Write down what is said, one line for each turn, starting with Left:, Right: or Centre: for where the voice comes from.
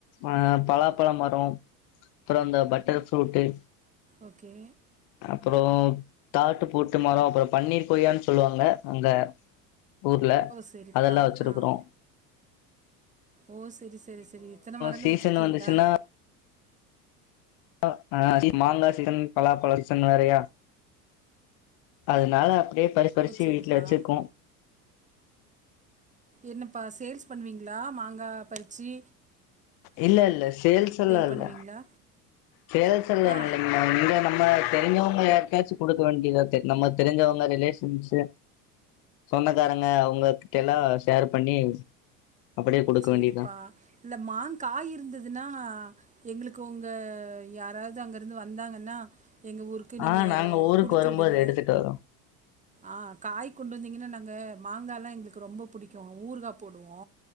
Left: அஹ் பலாப்பழ மரோ அப்புற இந்த பட்டர்ஃப்ரூட்டு்
Right: ஓகே
Left: அப்புறோ தாட்டு பூட்டு மரோ அப்புறோ பன்னீர் கொய்யான் சொல்லுவாங்க அங்க ஊர்ல
Right: ஓ சரிப்பா
Left: அதெல்லா வச்சிருக்கிறோ
Right: ஆ ஓ செரி செரி செரி இத்தன மரங்கள்
Left: சீசன்
Right: வச்சிருக்கீங்களா
Left: வந்துச்சுன்னா ஆ மாங்காய் சீசன் பலாப்பழ சீசன் வேறையா அதனால அப்படியே பறிச் பறிச்சு
Right: ஓ சரிப்பா
Left: வீட்டுல வச்சிருக்கோ
Right: என்னப்ப சேல்ஸ் பண்ணுவீங்களா மாங்கா பறிச்சி
Left: இல்ல இல்ல சேல்ஸ் எல்லா
Right: பண்ணுவீங்களா
Left: இல்ல சேல்ஸ் எல்ல
Right: ஆ
Left: இங்க நம்ம தெரிஞ்சவங்க யார்க்காச்சு கொடுக் வேண்டியதா நம்ம தெரிஞ்சவங்க ரிலேஷன்ஸு சொந்தக்காரங்க அவுங்க கிட்டலா ஷேர் பண்ணி அப்படியே குடுக்க
Right: செரிப்பா
Left: வேண்டியதா
Right: இல்ல மாங்க காய் இருந்ததுன்னா எங்களுக்கு உங்க யாராவது அங்கருந்து வந்தாங்கன்னா எங்க ஊருக்கு நீங்க
Left: ஆ நாங்க ஊருக்கு
Right: குடுத்து
Left: வரும்போது
Right: வுடுங்க
Left: எடுத்துட்டு வரோ
Right: ஆ காய் கொண்டு வந்தீங்கன்னா நாங் க மாங்கா எல்லா எங்களுக்கு ரொம்ப புடிக்கு ஊறுகா போடுவோ